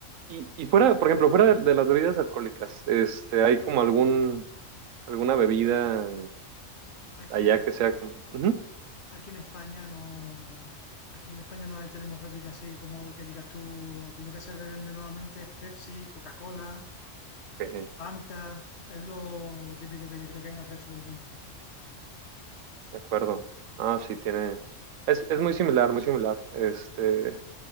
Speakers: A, on the right; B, on the left.
A: y, y fuera, por ejemplo, fuera de, de las bebidas alcohólicas, este, ¿hay como algún, alguna bebida
B: Aquí
A: allá
B: en,
A: que sea como... Ujú,
B: Aquí en España no, aquí en España no tenemos bebidas así como que digas tú, aquí lo que se vende normalmente es Pepsi, Coca-Cola,
A: ok,
B: Fanta, es lo, lo típico que yo creo que hay en el resto del mundo.
A: de acuerdo. Ah, sí, tiene... Es, es muy similar, muy similar. Este,